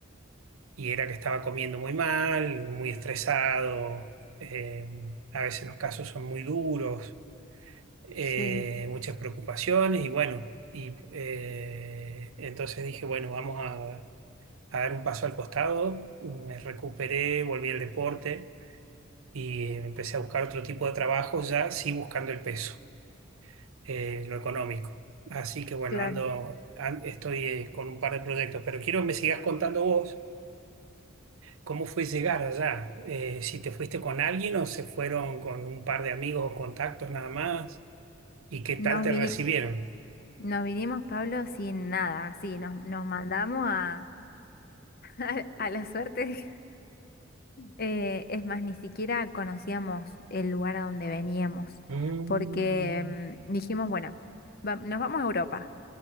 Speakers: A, on the right; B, on the left.
A: Y era que estaba comiendo muy mal, muy estresado. eh, a veces los casos son muy duros, eh,
B: Sí,
A: muchas preocupaciones. Y bueno, y, eh, entonces dije, bueno, vamos a, a dar un paso al costado. Me recuperé, volví al deporte y empecé a buscar otro tipo de trabajo, ya sí buscando el peso, eh, lo económico. Así que bueno,
B: claro.
A: ando, an- estoy eh, con un par de proyectos, pero quiero que me sigas contando vos cómo fue llegar allá, eh, si te fuiste con alguien o se fueron con un par de amigos o contactos nada más, y qué
B: Nos
A: tal te
B: vini-
A: recibieron.
B: nos vinimos, Pablo, sin nada. Así, nos, nos mandamos a, <laughs> a la suerte. Eh, es más, ni siquiera conocíamos el lugar a donde veníamos.
A: Mm,
B: Porque mm, dijimos, bueno, va- nos vamos a Europa.